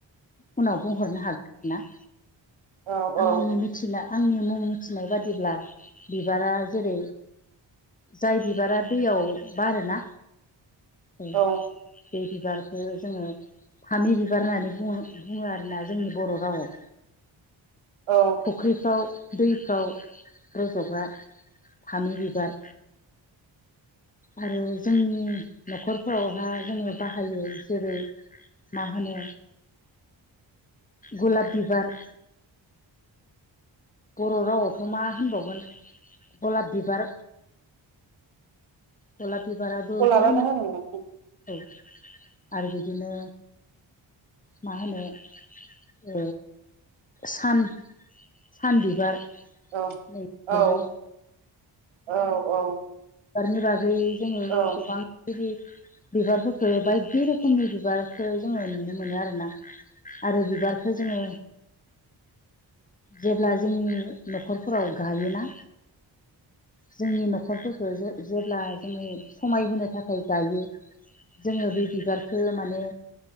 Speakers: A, on the left; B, on the right.
A: उनाव बुंहरनो हागोन ना
B: औ औ
A: आंनि मिथिला आंनि मुं मिथिनाय बादिब्ला बिबारा जेरै जाय बिबारा दैयाव बारोना बे
B: औ
A: बिबारखो जोङो फामि बिबार होननानै बुं बुङो आरोना जोंनि बर' रावआव।
B: औ
A: फुख्रिफ्राव दैफ्राव रज'ग्रा। फामि बिबार। आरो जोंनि न'खरफोरावहा जोङो बाहायो जेरै मा होनो गलाप बिबार बर' रावआवथ' मा होनबावगोन गलाब बिबार गलाब बिबाराबो
B: गलाबानो
A: गुबुन
B: होनोमोन
A: औ आरो बिदिनो मा होनो ओ सान सान बिबार
B: औ
A: नैफोरबो
B: औ औ औ।
A: बिबारनि बागै जोङो
B: औ
A: गोबां बिदि बिबारफोरखो बायदि रोखोमनि बिबारखो जोङो नुनो मोनो आरोना। आरो बिबारखो जोङो जेब्ला जोंनि न' खरफोराव गायोना जोंनि न' खरफोरखो जेब्ला जोङो समायहोनो थाखाय गायो। जोङो बे बिबारखो माने